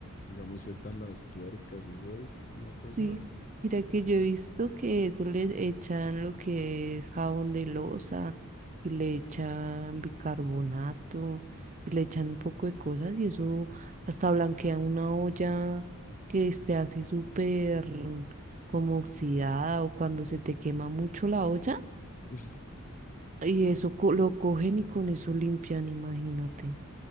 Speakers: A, on the left (about 35°); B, on the right (about 35°).
A: digamos, sueltan las tuercas. Eso es una cosa.
B: Sí, mira que yo he visto que eso le echan lo que es jabón de loza y le echan bicarbonato y le echan un poco de cosas y eso hasta blanquea una olla que esté así súper como oxidada o cuando se te quema mucho la olla
A: uy,
B: y eso co- lo cogen y con eso limpian, imagínate.